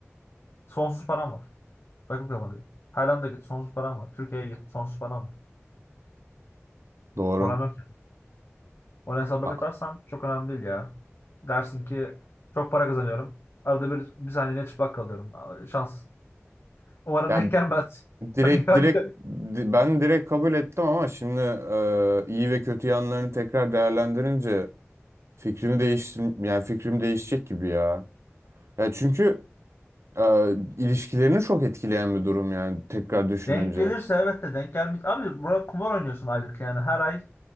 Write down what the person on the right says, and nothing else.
Doğru.
Ha,
Ya
direkt
direkt di- ben direkt kabul ettim ama şimdi e, iyi ve kötü yanlarını tekrar değerlendirince fikrimi değiştir yani fikrim değişecek gibi ya. Ya çünkü Ee, ilişkilerini çok etkileyen bir durum yani tekrar düşününce.